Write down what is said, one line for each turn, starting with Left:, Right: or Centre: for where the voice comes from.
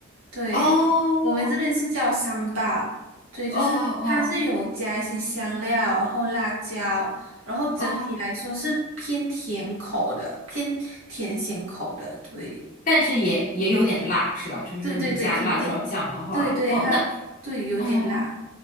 Right: 对，
Left: 哦，
Right: 我们这边是叫三巴，对，就是它是有加一些香料，
Left: 哦哦
Right: 然后辣椒，然后整体来说是偏甜口的，
Left: 哦哦，
Right: 偏甜咸口的，对，
Left: 但是也也有点辣，是吧？就是说你加辣椒酱的话，
Right: 对对对，肯定，对对，
Left: 哦，
Right: 它对有点辣，
Left: 那嗯。